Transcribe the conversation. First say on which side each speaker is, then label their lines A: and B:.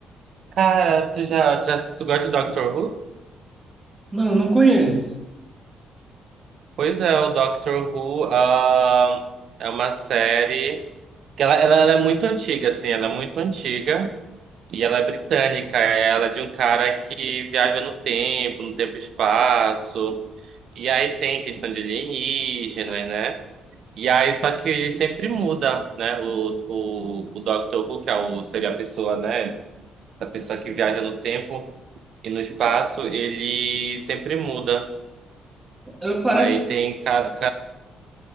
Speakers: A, on the right; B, on the right.
A: cara, tu já, tu já tu gosta de Doctor Who?
B: Não, não conheço.
A: Pois é, o Doctor Who, ah, é uma série que ela, ela, ela é muito antiga, assim, ela é muito antiga e ela é britânica, ela é de um cara que viaja no tempo, no tempo e espaço, e aí tem questão de alienígena, né? E aí, só que ele sempre muda, né? O, o, o Doctor Who, que é o, seria a pessoa, né? A pessoa que viaja no tempo e no espaço, ele sempre muda.
B: Ela parece,
A: Aí tem cada,